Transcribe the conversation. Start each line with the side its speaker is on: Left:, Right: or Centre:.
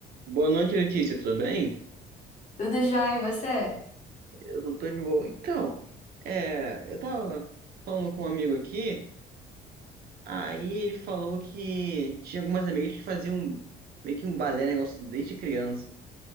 Right: Boa noite, Letícia, tudo bem?
Left: Tudo jóia, e você?
Right: Eu não tô de boa. Então, É, eu tava falando com um amigo aqui, aí ele falou que tinha algumas amigas que faziam meio que um balé, negócio desde criança,